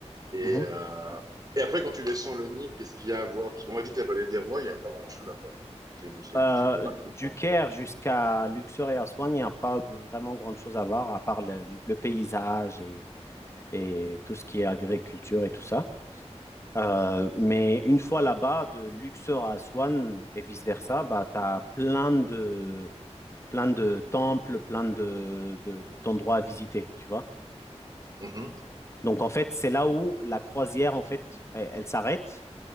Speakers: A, on the right; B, on the left.
A: Et,
B: Mhm.
A: euh, et après, quand tu descends le Nil, qu'est-ce qu'il y a à voir? Parce qu'on m'a dit que la vallée des rois, il n'y avait pas grand-chose à voir. C'est, c'est,
B: Euh,
A: c'est correct ou pas?
B: du Caire jusqu'à Luxor et Aswan, il n'y a pas vraiment grand-chose à voir à part le, le paysage et, et tout ce qui est agriculture et tout ça. Euh, mais une fois là-bas, de Luxor à Aswan et vice-versa, bah, tu as plein de, plein de temples, plein de, de- de- d'endroits à visiter, tu vois.
A: Mhm.
B: Donc, en fait, c'est là où la croisière, en fait, elle, elle s'arrête